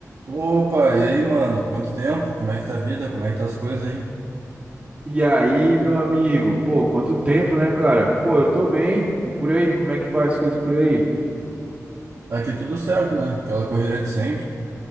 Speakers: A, on the right; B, on the right.
A: Opa, e aí, mano? Quanto tempo? Como é que tá a vida? Como é que tá as coisas aí?
B: E aí, meu amigo? Pô, quanto tempo, né, cara? Pô, eu tô bem. E por aí, como é que vai as coisas por aí?
A: Aqui tudo certo, né? Aquela correria de sempre.